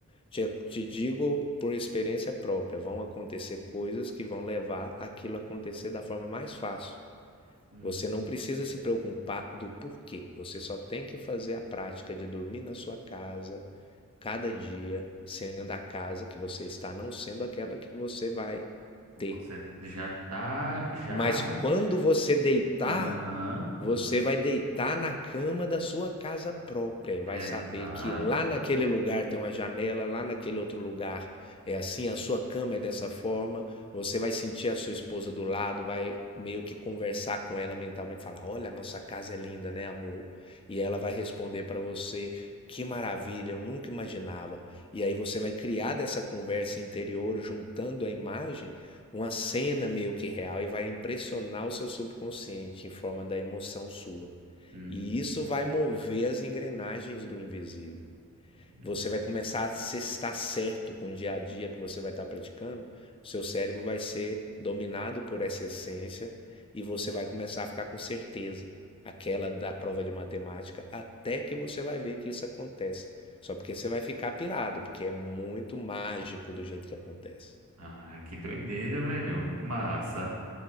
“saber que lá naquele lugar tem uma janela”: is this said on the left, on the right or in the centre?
Left